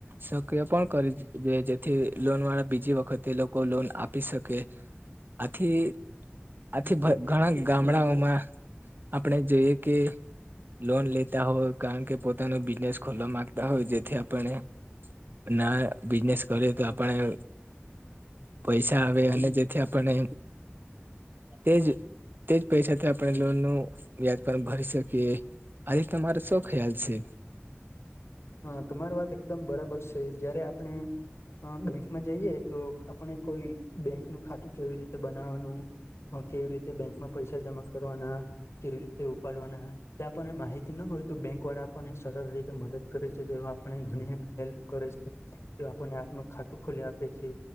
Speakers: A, on the right; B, on the left.
A: સક્રિય પણ કરી જે, જેથી લોન વાળા બીજી વખતે લોકો કો લોન આપી શકે, આથી. આથી ગામડાઓમાં જોઈએ કે. લોન લેતા હોય, કારણ કે પોતાનો બિઝનેસ ખુલ્લો માંગતા હોય, જેથી આપણે ના બિઝનેસ કરીએ તો, આપણે પૈસા આવે, અને જેથી આપણે તેજ તે જ પૈસાથી આપણે લોન નું યાજ ભરી શકીએ. આજે તમારો શૌ ખ્યાલ છે?
B: હા, તમારી વાત એકદમ બરાબર છે, જયારે આપણે હ, બેંકમાં જઈએ, આપણે કોઈ બેંક નું ખાતું કેવી બનાવાનું. હ, કેવી રીતે બેંકમાં પૈસા જમા કરવાના? કેવી રીતે ઉપાડવાના? તે આપણને માહિતી ના હોય તો, બેંક વાળા આપણને સરળ રીતે મદદ. છે હેલ્પ કરે છે, આપને આપ ખાતું ખોલી આપે છે.